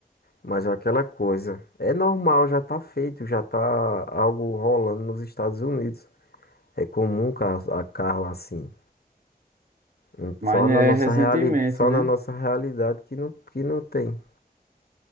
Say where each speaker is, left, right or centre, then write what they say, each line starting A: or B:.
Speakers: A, on the left; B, on the right.
A: mas é aquela coisa, é normal, já tá feito, já tá algo rolando nos Estados Unidos. É comum carro, a carro assim. hum,
B: Mas
A: Só
B: é
A: na nossa
B: recentemente,
A: reali, só
B: né?
A: na nossa realidade que não, que não tem.